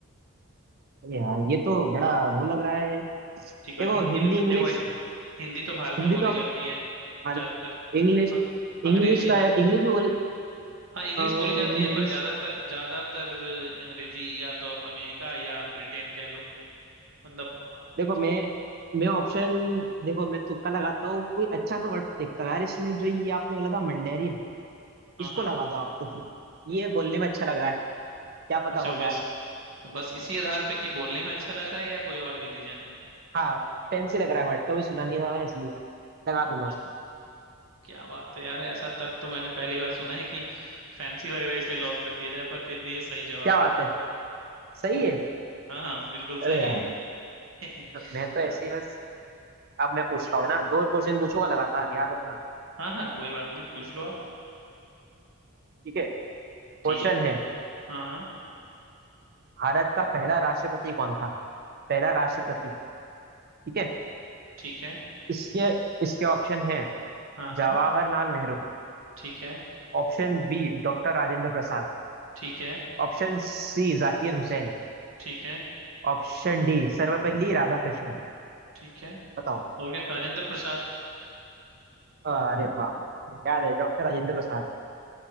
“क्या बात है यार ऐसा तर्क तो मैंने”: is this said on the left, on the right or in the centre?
Right